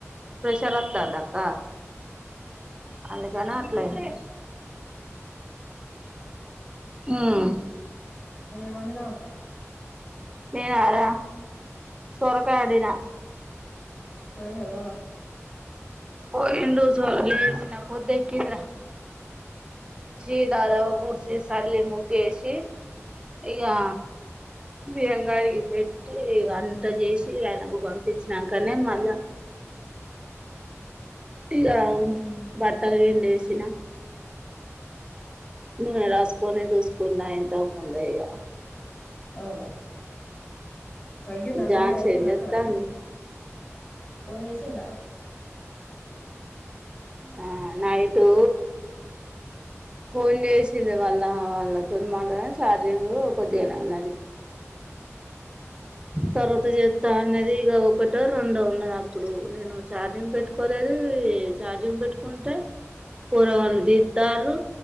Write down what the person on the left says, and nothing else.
ఏం వండినవు అక్క
పోయిండ బావ
మ్మ్
అవునా వాడి నల్లోలి
అయిపోయిందా
అక్కడ ఫోన్ చేసిందా